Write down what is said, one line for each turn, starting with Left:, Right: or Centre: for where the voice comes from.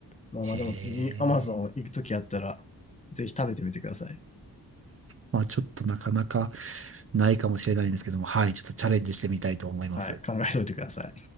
Left: まあまあでも次
Right: へえ。
Left: Amazon 行くときあったら、ぜひ食べてみてください。
Right: まあちょっとなかなかないかもしれないんですけども、はい、ちょっとチャレンジしてみたいと思います。
Left: はい、考えておいてください。